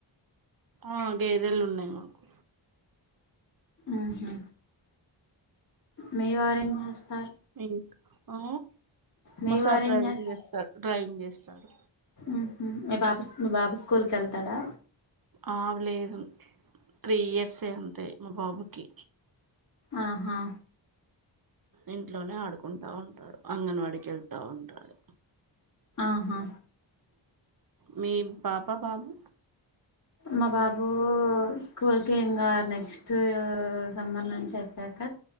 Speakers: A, on the right; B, on the left.
A: ఆ గేదాలు ఉన్నాయి మాకు
B: ఆహా మీ వారేం చేస్త
A: ఇ ఆ
B: మీ
A: మా సార్
B: వారేం
A: డ్రైవింగ్
B: చేస్తారు
A: చేస్తా డ్రైవింగ్ చేస్తాడు
B: ఉహు మీ బాబు మీ బాబు స్కూల్కి వెళ్తాడా
A: ఆలేదు త్రీ ఇయర్సే అంతే మా బాబుకి
B: ఆహా
A: ఇంట్లోనే ఆడుకుంటా ఉంటాడు అంగన్వాడికి వెళ్తా ఉంటాడు
B: ఆహా
A: మీ పాప బాబు
B: మా బాబు స్కూల్ క ఇంకా నెక్స్ట్ సమ్బర్ నుంచి చెప్పాక